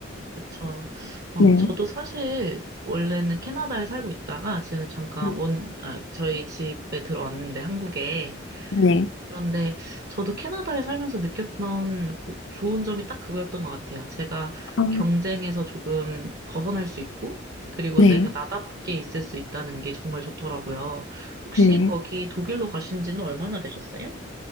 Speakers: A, on the right; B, on the left.
A: 그쵸. 어,
B: 네.
A: 저도 사실 원래는 캐나다에 살고 있다가 지금 잠깐
B: 네.
A: 원, 아, 저희 집에 들어왔는데 한국에
B: 네.
A: 그런데 저도 캐나다에 살면서 느꼈던 고- 좋은 점이 딱 그거였던 것 같아요. 제가
B: 아,
A: 경쟁에서 조금 벗어날 수 있고, 그리고
B: 네.
A: 내가 나답게 있을 수 있다는 게 정말 좋더라고요. 혹시
B: 네.
A: 거기 독일로 가신 지는 얼마나 되셨어요?